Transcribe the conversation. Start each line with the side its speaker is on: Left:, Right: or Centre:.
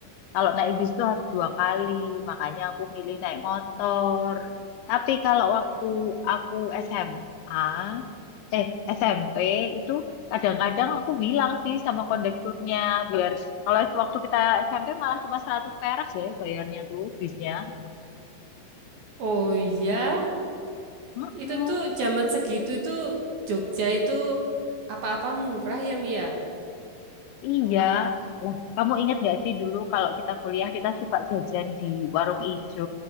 Left: Kalau naik bis itu harus dua kali, makanya aku milih naik motor. Tapi kalau waktu aku SMA, eh SMP itu kadang-kadang aku bilang sih sama kondekturnya biar kalau waktu kita SMP malah cuma 100 perak deh bayarnya tuh bisnya.
Right: Oh iya,
Left: Mm-mm,
Right: itu tuh zaman segitu tuh Jogja itu apa-apa murah ya Mia.
Left: iya. Lah, kamu ingat nggak sih dulu kalau kita kuliah kita suka jajan di warung ijo.